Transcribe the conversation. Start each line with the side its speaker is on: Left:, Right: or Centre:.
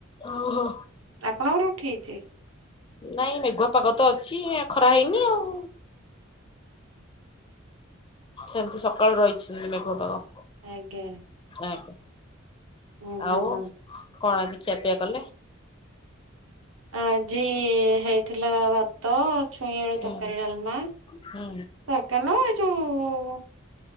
Left: ଓହୋ।
Right: ଆପଣଙ୍କର ଉଠେଇଚି?
Left: ନାଇଁ ମେଘୁଆ ପାଗ ତ ଅଛି। ଖରା ହେଇନି ଆଉ। ସେମିତି ସକାଳୁ ରହିଚି ମେଘ ପାଗ।
Right: ଆଜ୍ଞା।
Left: ଆଜ୍ଞା
Right: ହୁଁ
Left: ଆଉ
Right: ହୁଁ ହୁଁ।
Left: କଣ ଆଜି ଖିଆପିଆ କଲେ?
Right: ଆଜି ହେଇଥିଲା ଭାତ, ଛୁଇଁ, ଆଳୁ
Left: ହୁଁ
Right: ତରକାରୀ, ଡାଲମା।
Left: ହୁଁ
Right: ତରକାରୀ ନୁହଁ ଏ ଯୋଉଁ